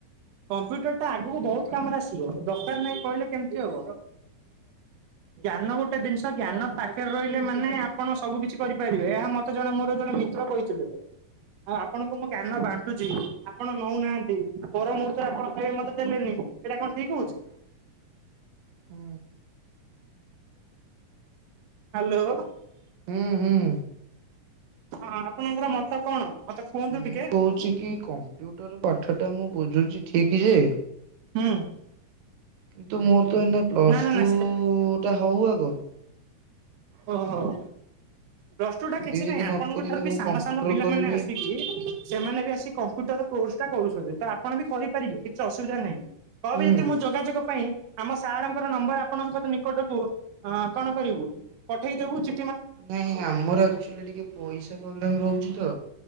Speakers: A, on the right; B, on the right.
A: କମ୍ପୁଟରଟା ଆଗକୁ ବହୁତ କାମରେ ଆସିବ ଦରକାର ନାହିଁ କହିଲେ କେମିତି ହବ। ଜ୍ଞାନ ଗୋଟେ ଜିନିଷ ଜ୍ଞାନ ପାଖରେ ରହିଲେ ମାନେ ଆପଣ ସବୁ କିିଛି କରିପାରିବେ ଏହା ମତେ ଜଣେ ମୋର ଜଣେ ମି ମିତ୍ର କହିଥିଲେ ଆଉ ଆପଣଙ୍କୁ ମୁଁ ଜ୍ଞାନ ବାଣ୍ଟୁଛି ଆପଣ ନଉନାହାନ୍ତି ପର ମୁହୂର୍ତ୍ତ <inaudible> ଆପଣ କହିବେ ମତେ ଦେଲେନି ଏଇଟା କଣ ଠିକ ହଉଛି?
B: ହୁଁ।
A: ହାଲୋ।
B: ହୁଁ-ହୁଁ।
A: ହଁ ଆପଣଙ୍କର ମତ କଣ? ମତେ କୁହନ୍ତୁ
B: ମୁଁ
A: ଟିକେ?
B: କହୁଛି କି କମ୍ପ୍ୟୁଟର ପାଠ ଟା ମୁଁ ବୁଝୁଛି ଠିକ ଯେ
A: ହୁଁ।
B: କିନ୍ତୁ ମୋର ତ ଏଇନ ପ୍ଲସ୍
A: ନା ନା
B: ଟୁଉ-ଉ-ଉ
A: ନା
B: ଟା ହଉ ଆଗ
A: ଓହୋଃ। ପ୍ଲସ୍ ଟୁ
B: ସେତିକି
A: ଟା କିଛି ନାହିଁ
B: ଯଦି ନ
A: ଆପଣଙ୍କ
B: କରିକି
A: ଠାରୁ ବି
B: ମୁଁ
A: ସାନ
B: କମ୍ପ୍ୟୁଟର
A: ସାନ ପିଲାମାନେ
B: କରିବି
A: ଆସିକି ସେମାନେ ବି ଆସି କମ୍ପ୍ୟୁଟର୍ କୋର୍ସ୍ ଟା କରୁଛନ୍ତି, ତ ଆପଣ ବି କହିପାରିବେ, କିଛି ଅସୁବିଧା ନାହିଁ। କହିବେ
B: ହୁଁ।
A: ଯଦି ମୁଁ ଯୋଗାଯୋଗ ପାଇଁ ଆମସ୍ ସାରଙ୍କର ନମ୍ବର ଆପଣଙ୍କ କ ନିକଟକୁ କଣ କରିବୁ ପଠେଇଦେବୁ ଚି
B: ନାଇଁ ଆମର ଆକ୍ଚୁଆଲି ଟିକେ ପଇସା ପ୍ରୋବ୍ଲେମ୍ ରହୁଛି ତ।